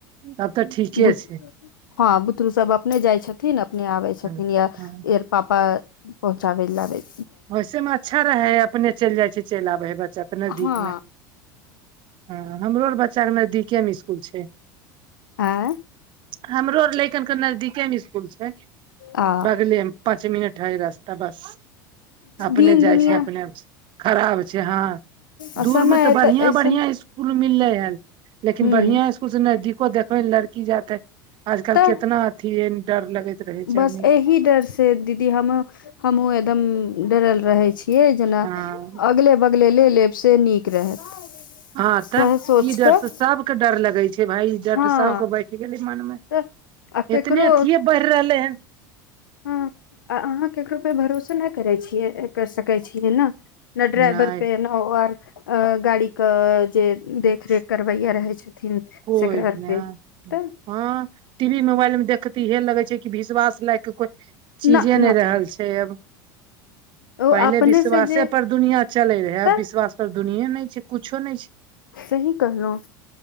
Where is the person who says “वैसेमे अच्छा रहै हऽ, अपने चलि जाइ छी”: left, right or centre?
Right